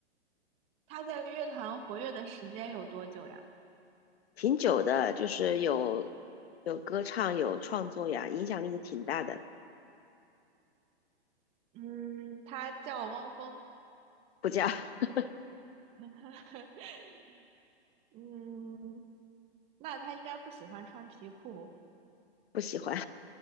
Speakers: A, on the right (about 20°); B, on the left (about 65°).
A: 他在乐坛活跃的时间有多久呀？
B: 挺久的，就是有有歌唱，有创作呀，影响力挺大的。
A: 嗯，他叫汪峰。
B: 不加 <laughs>
A: <laughs> 嗯，那他应该不喜欢穿皮裤。
B: 不喜欢，